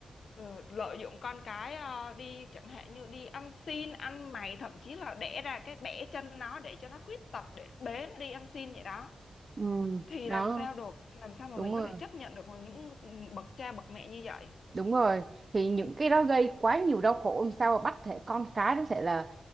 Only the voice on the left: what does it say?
Ừ, lợi dụng con cái ờ, đi chẳng hạn như đi ăn xin ăn mày thậm chí là đẻ ra cái bẻ chân nó để cho nó khuyết tật để bế nó đi ăn xin vậy đó
thì
làm sao được làm sao mà
mình
có thể chấp nhận được những bậc cha bậc mẹ như vậy